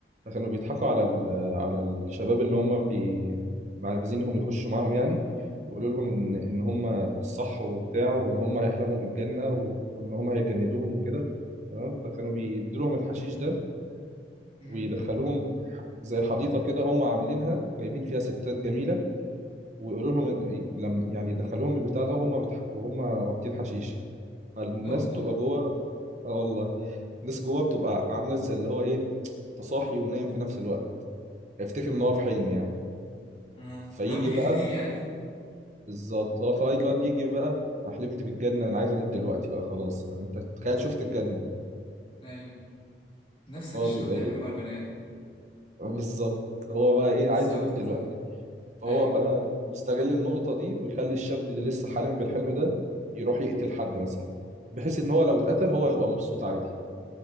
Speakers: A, on the right; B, on the left.
A: كانوا بيضحكوا على ال... على الشباب اللي هم بي... عايزينهم يخشوا معاهم يعني وقالوا لهم ان ان هم الصح وبتاع وان هم هيحلموا بالجنه و... وان هم هيجندوهم وكده تمام فكانوا بيدوا لهم الحشيش ده
B: امم
A: ويدخلوهم زي حديقه كده هم عاملينها وجايبين فيها ستات جميله ويقولوا لهم إن- لم يعني يدخلوهم البتاع ده وهم متح... وهم واخدين حشيش فالناس
B: لا والله
A: بتبقى جوه اه والله الناس جوه بتبقى عامله زي اللي هو ايه انت صاحي ونايم في نفس الوقت افتكر ان هو في حلم يعني
B: آه.
A: فيجي
B: اللي هو بيغريه
A: بقى
B: يعني
A: بالظبط هو فاي الواد يجي بقى انا حلمت بالجنه انا عايز اموت دلوقتي بقى خلاص يعني انت تخيل شفت الجنه
B: ايوه نفس اللي
A: هو
B: الشيطان
A: بيبقى
B: بيعمله
A: ايه
B: مع البنات
A: بالظبط هو بقى ايه
B: بالظبط
A: عايز يموت دلوقتي
B: اه
A: فهو
B: ايوه
A: بقى بيستغل النقطه دي ويخلي الشاب اللي لسه حالم بالحلم ده يروح يقتل حد مثلا بحيث ان هو لو اتقتل هو يبقى مبسوط عادي